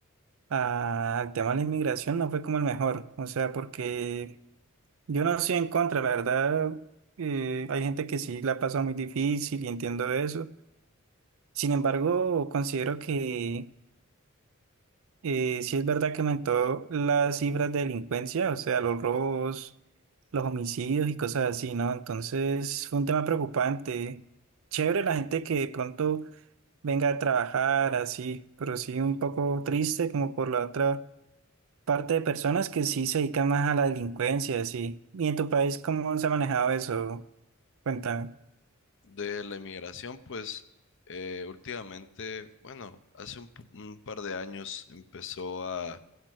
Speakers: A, on the right (about 65°); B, on the left (about 60°).
A: a- al tema de la inmigración no fue como el mejor. O sea, porque yo no estoy en contra, la verdad, eh, hay gente que sí la pasa muy difícil y entiendo eso. Sin embargo, considero que Eh, sí es verdad que aumentó las cifras de delincuencia, o sea, los robos, los homicidios y cosas así, ¿no? Entonces fue un tema preocupante. Chévere la gente que de pronto venga a trabajar así, pero sí un poco triste como por la otra parte de personas que sí se dedican más a la delincuencia, así. ¿Y en tu país cómo se ha manejado eso? Cuéntame.
B: De la inmigración, pues eh, últimamente, bueno, hace un, p- un par de años empezó a